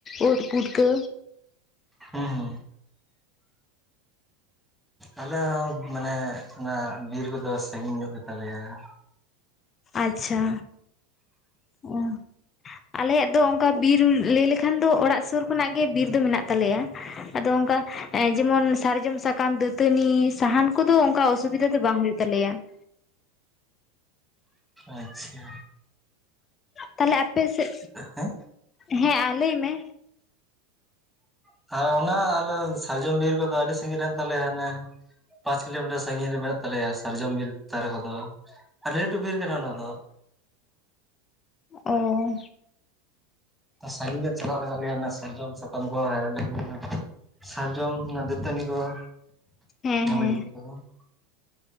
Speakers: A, on the left; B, in the centre.
A: ᱳᱫ ᱯᱩᱴᱠᱟᱹ
B: ᱦᱮᱸ ᱦᱮᱸ <unintelligible> ᱟᱞᱮ ᱦᱚᱸ ᱢᱟᱱᱮᱜ ᱚᱱᱟ ᱵᱤᱨ ᱠᱚᱫᱚ ᱥᱟᱺᱜᱤᱧ ᱧᱚᱜ ᱜᱮ ᱛᱟᱞᱮᱭᱟ ᱾
A: ᱟᱪᱪᱷᱟ <unintelligible> ᱟᱞᱮᱭᱟᱜ ᱫᱚ ᱚᱝᱠᱟ ᱵᱤᱨ ᱞᱟᱹᱭ ᱞᱮᱠᱷᱟᱱ ᱫᱚ ᱚᱲᱟᱜ ᱥᱳᱨ ᱠᱷᱚᱱᱟᱜ ᱜᱮ ᱵᱤᱨ ᱫᱚ ᱢᱮᱱᱟᱜ ᱛᱟᱞᱮᱭᱟ ᱾ ᱟᱫᱚ ᱚᱱᱠᱟ ᱡᱮᱢᱚᱱ ᱥᱟᱨᱡᱚᱢ ᱥᱟᱠᱟᱢ, ᱫᱟᱹᱛᱟᱹᱱᱤ, ᱥᱟᱦᱟᱱ ᱠᱚᱫᱚ ᱚᱱᱠᱟ ᱚᱥᱩᱵᱤᱫᱟ <unintelligible> <unintelligible> ᱵᱟᱝ ᱦᱩᱭᱩᱜ ᱛᱟᱞᱮᱭᱟ᱾ <unintelligible>
B: ᱟᱪᱻᱪᱷᱟ᱾
A: ᱛᱟᱦᱚᱞᱮ ᱟᱯᱮ ᱥᱮᱜ?
B: ᱦᱮᱸ
A: ᱦᱮᱸ <unintelligible> ᱞᱟᱹᱭ ᱢᱮ᱾
B: <unintelligible> ᱚᱱᱟ ᱟᱨ ᱥᱟᱨᱡᱚᱢ ᱵᱤᱨ ᱠᱚᱫᱚ ᱟᱹᱰᱤ ᱥᱟᱺᱜᱤᱧ <unintelligible> ᱛᱟᱞᱮᱭᱟ ᱦᱟᱱᱮ᱾ ᱯᱟᱸᱪ ᱠᱤᱞᱳᱢᱤᱴᱟᱨ ᱥᱟᱺᱜᱤᱧ ᱨᱮ ᱢᱮᱱᱟᱜ ᱛᱟᱞᱮᱭᱟ ᱥᱟᱨᱡᱚᱢ ᱵᱤᱨ ᱫᱟᱨᱮ ᱠᱚᱫᱚ ᱾ ᱟᱰᱤ ᱞᱟᱹᱴᱩ ᱵᱤᱨ ᱠᱟᱱᱟ ᱚᱱᱟ ᱫᱚ ᱾
A: ᱚᱻᱚ
B: ᱥᱟᱺᱜᱤᱧ ᱧᱚᱜ ᱪᱟᱞᱟᱜ ᱞᱟᱜᱟᱱ ᱜᱮ ᱚᱱᱟ ᱥᱟᱨᱡᱚᱢ ᱥᱟᱠᱟᱢ ᱠᱚ ᱦᱮᱡ ᱞᱟᱹᱜᱤᱱ᱾ <unintelligible> ᱥᱟᱨᱡᱚᱢ ᱚᱱᱟ ᱫᱟᱹᱛᱟᱹᱱᱤ ᱠᱚᱦᱚ
A: ᱦᱮᱸ
B: ᱚᱱᱟ
A: ᱦᱮᱸ
B: ᱞᱟᱹᱜᱤᱫ ᱛᱮᱦᱚᱸ ᱾